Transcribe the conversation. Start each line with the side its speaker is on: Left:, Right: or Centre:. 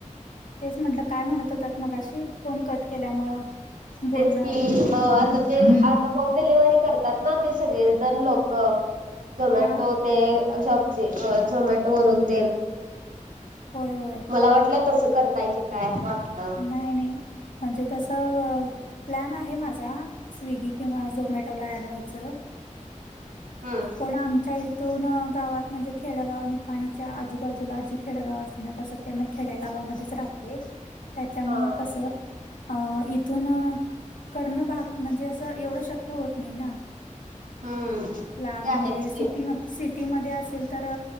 Left: तेच म्हटलं काय म्हणत होतात मग अशी फोन कट केल्यामुळं. बोलणं
Right: तेच की
Left: अर्धवट राहिलं
Right: आता
Left: ना
Right: ते आता होम डिलिव्हरी करतात ना ते सगळे जण लोक. झोमॅटो
Left: हा हा
Right: ते सबजी झोमॅटो वरून ते.
Left: होय होय.
Right: मला वाटलं तसं करताय की काय वाटलं.
Left: नाही नाही म्हणजे तसं. प्लॅन आहे माझा स्विगी किंवा झोमॅटोला ॲड व्हायचं.
Right: हम.
Left: पण आमच्या इथून गावात म्हणजे खेडगाव निपाणीच्या आजूबाजू जूला जी खेडगाव अस ना तसं ते मी खेड्या गावामध्येच राहते त्याच्यामुळ
Right: हा
Left: कसं अ इथून करणं भाग म्हणजे असं एवढं शक्य होत नाही ना.
Right: हम्म
Left: ला
Right: ते
Left: म्हणजे
Right: आहेच
Left: सिटी
Right: की
Left: म सिटीमध्ये असेल तर